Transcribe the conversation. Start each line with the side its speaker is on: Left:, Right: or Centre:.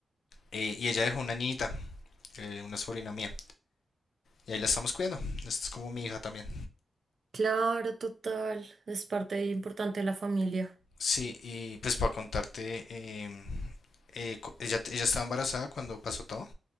Left: Eh, y ella dejó una niñita, eh, una sobrina mía. Y ahí la estamos cuidando. Esto es como mi hija también.
Right: Claro, total. Es parte importante de la familia.
Left: Sí, y pues para contarte, eh, eh, co- ella, ella estaba embarazada cuando pasó todo